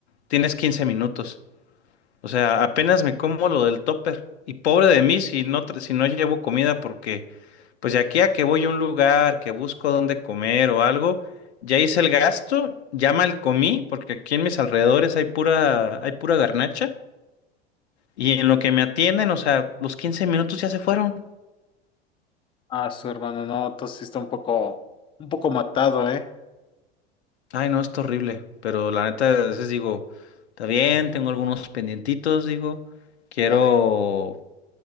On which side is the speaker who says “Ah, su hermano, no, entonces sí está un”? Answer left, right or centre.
Left